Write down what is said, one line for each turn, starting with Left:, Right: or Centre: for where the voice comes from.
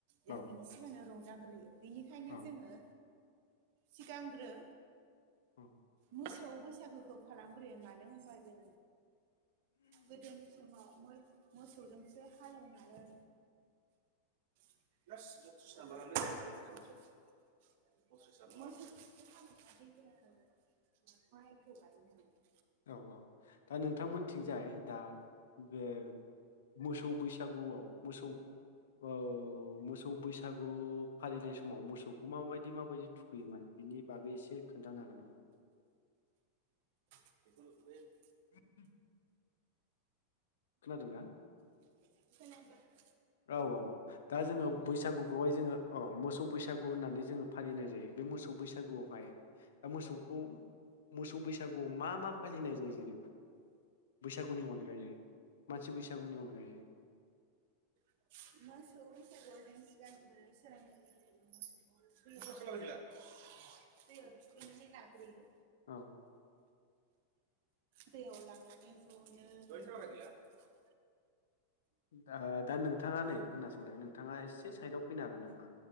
Left: औ
Right: जों बिनि सिगांनो रंजा बिनिखायनो
Left: औ
Right: जोङो सिगांग्रो
Left: उम।
Right: मोसौ बैसागोखौ खालामग्रोयो मानो होनबा जों गोदोनि समाव मो मोसौजोंसो हालेवनानै <inaudible>
Left: औ औ दा नोंथांमोन्थिंजाय दा बे मोसौ बैसागुआव मोसौ ओ मोसौ बैसागु फालिनाय समाव मोसौखौ माबायदि माबायदि थुखैयोमोन बिनि बागै एसे खोन्थानो हा नों
Right: <unintelligible>
Left: <inaudible> खोनादोंना
Right: खोनायाखै
Left: औ औ औ दा जोङो बैसागुखौहाय जोङो औ मोसौ बैसा बसागु होननानै जोङो फालिनाय जायो बे मोसौ बैसागुआवहाय मोसौखौ मोसौ बैसागुआव मा मा फालिनाय जायो जेनेबा? बैसागुनि अनगायै मानसि बैसागुनि अनगायै
Right: <unintelligible> <unintelligible> <unintelligible> गाग्रोयो
Left: औ
Right: दैयाव लांनानै खौनो <unintelligible>
Left: गाहा दा नोंथाङा नै खोनासंलाय नोंथाङा एसे सायदआव फैनो हागोन नामा